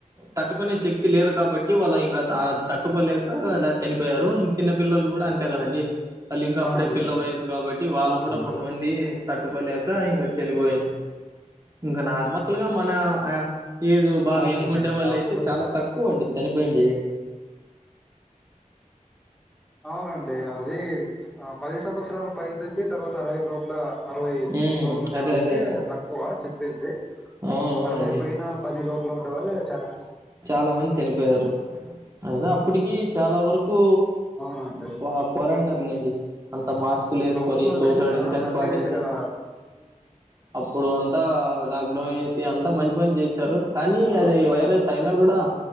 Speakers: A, on the right; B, in the centre.
A: తట్టుకు కొన్ని శక్తి లేదు కాబట్టి వాళ్ళు ఇంకా తట్టుకోలేక ఇలా చనిపోయారు ఇంక చిన్న పిల్లలు కూడా అంతే కదండి అళ ఇంకా అప్పుడే
B: అవునండి
A: పిల్ల వయసు కాబట్టి వాళ్ళు
B: అవునండి
A: కూడా కొంతమంది తట్టుకోలేక ఇంకా చనిపోయింది ఇంకా నార్మల్గా మన ఏజు బాగా
B: అవునండి
A: యంగ్ ఉండేవాళ్ళు
B: అప్పుడు
A: అయితే చాలా తక్కువండి తనపో ఉండది
B: అవునండి అది ఆ పది సంవత్సరాల పైన నుంచి తర్వాత అరవై లోపల అరవై
A: హ్మ్.
B: లోపల ఉండే
A: అదే
B: వాళ్ళకి
A: అదే అండి.
B: తక్కువ చనిపోయింది
A: అవునవునండి.
B: అరవై పైన పది లోకల డు వల్ చాల
A: చాలా మంది చనిపోయారు అయినా అప్పటికి చాలా వరకు
B: అవునండి
A: కు పోరాడిన లేండి అంత అంత మాస్క్లు వేసుకొని
B: ప్రభుత్వం
A: సోషల్
B: అనేది చాలా
A: డిస్టెన్స్
B: మంచి
A: పాటించి
B: చే- ఆ,
A: అప్పుడు అంతా లాక్డౌన్ వేసి అంతా మంచి మని చేశారు అనీ
B: హలో
A: అది వైరస్ ఐనా కూడాడ